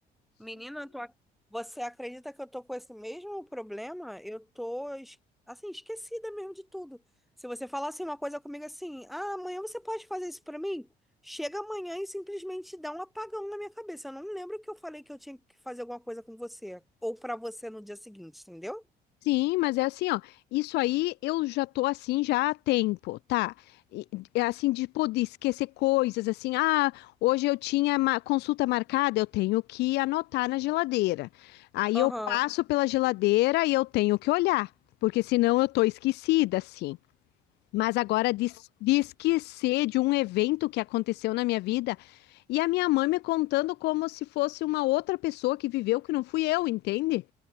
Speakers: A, in the centre; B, on the left.
A: Menina, eu tô... ac- você acredita que eu tô com esse mesmo problema? Eu tô, es- assim, esquecida mesmo de tudo. Se você falar assim uma coisa comigo assim, ah, amanhã você pode fazer isso pra mim? Chega amanhã e simplesmente dá um apagão na minha cabeça. Eu não lembro que eu falei que eu tinha que fazer alguma coisa com você. Ou pra você no dia seguinte, entendeu?
B: Sim, mas é assim, ó. Isso aí eu já tô assim já há tempo, tá? E- É assim de poder esquecer coisas, assim, ah, hoje eu tinha ma- consulta marcada, eu tenho que anotar na geladeira. Aí
A: Aham.
B: eu passo pela geladeira e eu tenho que olhar, porque senão eu tô esquecida, assim. Mas agora de, de esquecer de um evento que aconteceu na minha vida e a minha mãe me contando como se fosse uma outra pessoa que viveu que não fui eu, entende?